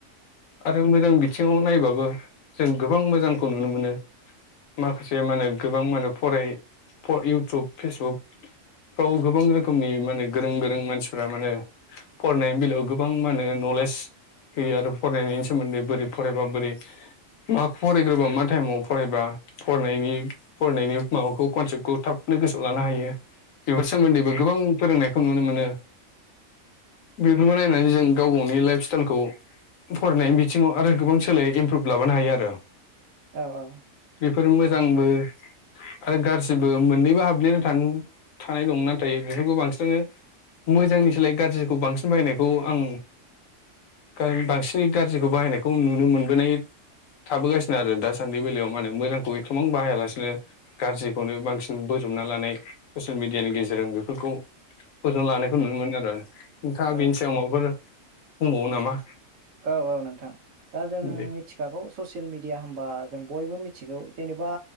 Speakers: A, on the left (about 80°); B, on the right (about 80°).
A: आरो मोजां बि थिङाव नायोबाबो जों गोबां मोजांखौ नुनो मोनो माखासे मा होनो गोबां मा होनो फराय फ इउटुब, फेसबुक फ्राव गोबां रोखोमनि माने गोरों गोरों मानसिफ्रा माने फरायनायनि बेलायाव गोबां मा होनो नलेज होयो आरो फरायनायनि सोमोन्दै बोरै फरायबा बोरै मा फरायग्रोबा मा टाइमाव फरायबा फरायनायनि फरायनायनि माबाखौ कनसेप्टखौ थाबनो गोसोआव लानो हायो बेफोर सोमोन्दैबो गोबां फोरोंनाय खौ नुनो मोनो बेफोरखौ नायनानै जों गाव गावनि लाइफ स्टेइलखौ फरायनायनि बिथिङाव आरो गोबां सोलाय इमप्रुभ लाबोनो हायो आरो
B: औ अ
A: बेफोर मोजांबो आरो गारजिबो मोननैबो हाबदेरना थाङो थानाय दं नाथाय बेफोरखौ बांसिनानो मोजांनि सोलाय गारजिखौ बांसिन बाहायनायखौ आं गा बांसिनै गारजि खौ बाहायनायखौ नुनो मोनबोनाय थाबोगासिनो आरो दासान्दि बेलायाव माने मोजांखौ एथ'बां बाहायालासिनो। गारजि खौनो बांसिन बोजबना लानाय ससियेल मिडियानि गेजेरजों बेफोरखौ बोजबना लानायखौ नुनो मोनो आरो नोंथाङा
B: औ
A: बेनि सायाव माबाफोर बुंबावो नामा?
B: औ औ नोंथां दा जों
A: दे
B: मिथिखागौ ससियेल मिडिया होनबा जों बयबो मिथिगौ। जेनेबा